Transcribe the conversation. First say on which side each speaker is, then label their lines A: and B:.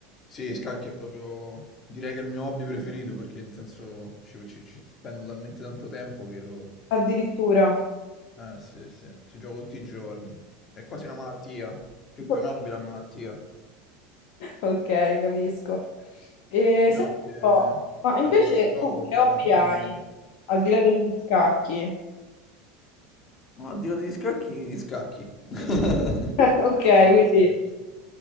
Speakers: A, on the left (about 35°); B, on the left (about 55°).
A: Sì, scacchi è proprio, direi che è il mio hobby preferito perché nel senso ci, ci- ci spendo talmente tanto tempo che lo...
B: addirittura.
A: Eh sì, sì, ci gioco tutti i giorni. È quasi una malattia, più che
B: Ok.
A: un hobby è una malattia.
B: Ok, capisco. E,
A: Sì,
B: senti
A: no,
B: un
A: perché
B: po', ma invece
A: lo trovo un gioco...
B: tu che hobby
A: eh,
B: hai?
A: dimmi, dimmi.
B: Al di là degli scacchi.
A: Ma al di là degli scacchi, gli scacchi. <laughs>
B: <laughs> Ok,
A: No,
B: quindi...
A: scherzo.